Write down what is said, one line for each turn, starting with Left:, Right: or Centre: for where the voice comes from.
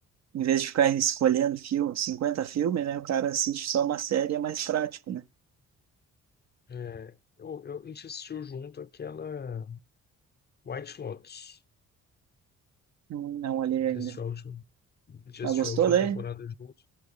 Right: em vez de ficar escolhendo filme, 50 filmes, né, o cara assiste só uma série, é mais prático, né?
Left: É, eu, eu, a gente assistiu junto aquela White Lotus.
Right: Não, não olhei
Left: A gente
Right: ainda.
Left: assistiu a última, a gente
Right: Mas
Left: assistiu
Right: gostou
Left: a última
Right: daí?
Left: temporada juntos.